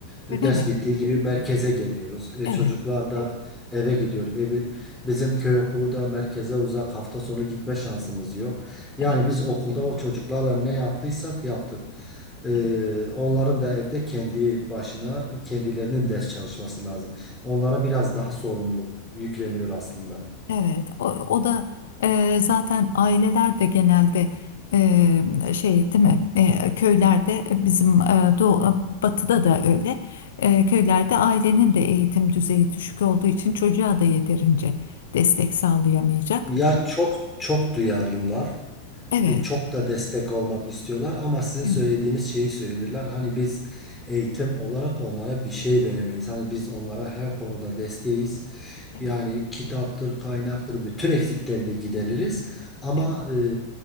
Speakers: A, in the centre; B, on the left.
A: Ders
B: öyle mi?
A: bittiği gibi merkeze geliyoruz. E,
B: Evet,
A: çocuklar da eve gidiyor. Evi, bizim köy okulu da merkeze uzak. Hafta sonu gitme şansımız yok. Yani
B: evet,
A: biz okulda o çocuklarla ne yaptıysak yaptık. Ee,
B: evet.
A: onların da evde kendi başına kendilerinin ders çalışması lazım. Onlara biraz daha sorumluluk yükleniyor aslında.
B: Evet, o, o da e, zaten aileler de genelde e, şey değil mi? E, köylerde e, bizim e, doğu, batıda da öyle. E, köylerde ailenin de eğitim düzeyi düşük olduğu için çocuğa da yeterince destek sağlayamayacak.
A: Ya çok çok duyarlılar,
B: Evet,
A: e, çok da destek olmak istiyorlar ama sizin
B: evet,
A: söylediğiniz şeyi söylüyorlar. Hani biz eğitim olarak onlara bir şey veremeyiz. Hani biz onlara her konuda desteğiz.
B: evet,
A: Yani kitaptır, kaynaktır bütün eksiklerini gideririz ama
B: evet,
A: e,